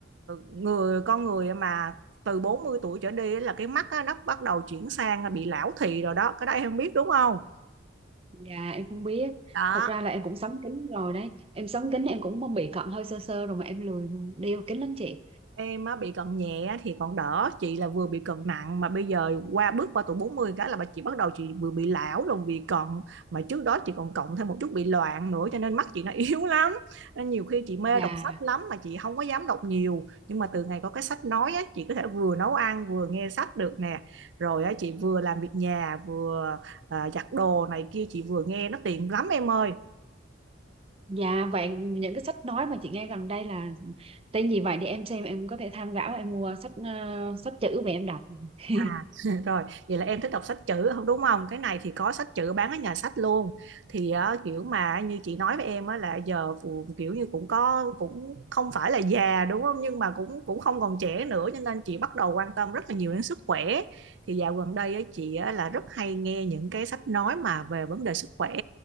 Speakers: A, on the right; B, on the right.
A: người con người mà từ 40 tuổi trở đi á là cái mắt á, nó bắt đầu chuyển sang bị lão thị rồi đó cái đó em không biết đúng không
B: dạ em không biết
A: đó
B: thật ra là em cũng sắm kính rồi đấy em sắm kính em cũng bị cận hơi sơ sơ rồi mà em lười đeo kính lắm chị
A: em á bị cận nhẹ thì còn đỡ chị là vừa bị cận nặng mà bây giờ qua bước qua tuổi 40 cái là bà chị bắt đầu chị vừa bị lão rồi bị cận mà trước đó chị còn cộng thêm một chút bị loạn nữa cho nên mắt chị nó <laughs> yếu lắm nên nhiều khi chị mê
B: dạ
A: đọc sách lắm mà chị không có dám đọc nhiều nhưng mà từ ngày có cái sách nói á chị có thể vừa nấu ăn vừa nghe sách được nè rồi á chị vừa làm việc nhà vừa à, giặt đồ này kia chị vừa nghe nó tiện lắm em ơi
B: dạ vậy những cái sách nói mà chị nghe gần đây là tên gì vậy để em xem em có thể tham khảo em mua sách ờ, sách chữ về em đọc <laughs>
A: À, <laughs> rồi, vậy là em thích đọc sách chữ không đúng không? Cái này thì có sách chữ bán ở nhà sách luôn. Thì ờ, kiểu mà như chị nói với em á là giờ phù- kiểu như cũng có cũng không phải là già đúng không? Nhưng mà cũng cũng không còn trẻ nữa cho nên chị bắt đầu quan tâm rất là nhiều đến sức khỏe. Thì dạo gần đây á, chị á, là rất hay nghe những cái sách nói mà về vấn đề sức khỏe.